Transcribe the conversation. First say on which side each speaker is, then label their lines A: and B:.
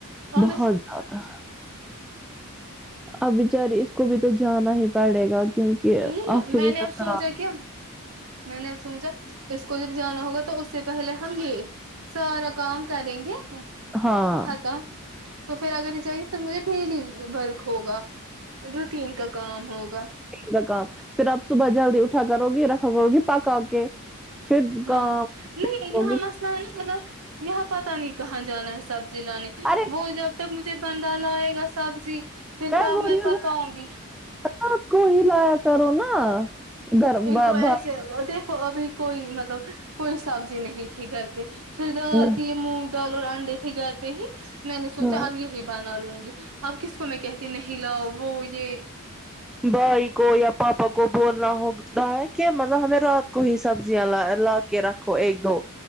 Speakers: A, on the right; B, in the centre.
A: اور
B: بہت
A: میں
B: زیادہ اب بیچاری اس کو بھی تو جانا ہی پڑے گا کیونکہ
A: نہیں
B: آخری
A: میں نے
B: سسرال
A: اب سوچا کیا میں نے اب سوچا اس کو جب جانا ہوگا تو اس سے پہلے ہم یہ سارا کام کریں گے ختم
B: ہاں
A: تھا تو پھر اگر جاہے پھر مجھے ڈیلی ورک ہوگا روٹین کا کام ہوگا
B: ٹین کا کام پھر آپ صبح جلدی اٹھا کرو گی رکھاو گی پکا کے پھر
A: ہاں
B: کام
A: نہیں
B: کرو
A: یہاں
B: گی
A: مسئلہ ہے نا مطلب یہاں پتہ نہیں کہاں جانا ہے سب زی لانے
B: ارے
A: وہ جب تک مجھے بندہ لائے گا سبزی پھر کب
B: بول
A: میں
B: رہی
A: پکاؤں
B: ہوں
A: گی
B: رات کو ہی لایا کرو نا گھر
A: ان
B: با-
A: کو ایسے
B: بھائی
A: دیکھو ابھی کوئی مطلب کوئی سبزی نہیں تھی گھر پے پھر دال
B: میں
A: تھی یے مونگ دال اور انڈے تھے گھر پے ہی میں نے سوچا
B: ہاں
A: اب یہی بنا لوں گی اب کس کو میں کہتی نہیں لاؤ وہ یے
B: بھائی کو یا پاپا کو بولنا ہوتا ہے کہ مطلب ہمیں رات کو ہی سبزیاں لا لا کے رکھو ایک دو